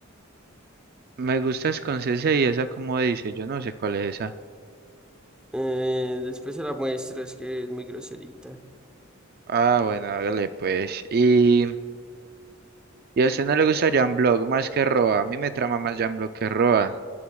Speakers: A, on the right; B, in the centre.
A: Me gusta Scorsese y esa como dice, yo no sé cuál es esa.
B: eh, después se la muestro, es que es muy groserita.
A: Ah, bueno, hágale pues. Y, y a usted no le gusta Jan Block más que Roa. A mí me trama más Jan Block que Roa.